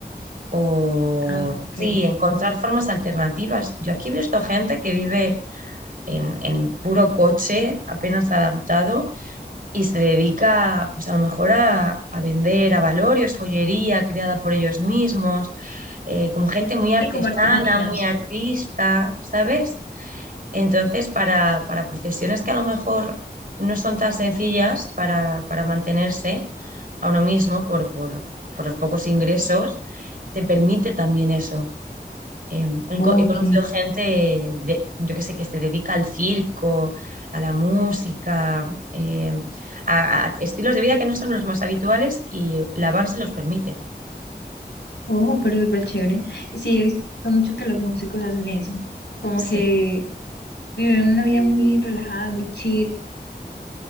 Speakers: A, on the right (about 55°); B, on the left (about 80°).
A: o
B: Ah, ok.
A: sí, encontrar formas alternativas. Yo aquí he visto gente que vive en, en puro coche, apenas adaptado, y se dedica, pues a lo mejor, a, a vender avalorios, joyería creada por ellos mismos, eh, como gente muy artesana,
B: Sí, como artesanías.
A: muy artista, ¿sabes? Entonces, para, para profesiones que a lo mejor no son tan sencillas para, para mantenerse a uno mismo por, por, por los pocos ingresos, te permite también eso. Eh, he
B: Ok,
A: co- he conocido gente de, yo que sé, que se dedica al circo, a la música, eh, a, a estilos de vida que no son los más habituales y la van se los permite.
B: oh, pero súper chévere. Y Sí, he visto mucho que los músicos hacen eso, como
A: Sí.
B: que viven una vida muy relajada, muy chill,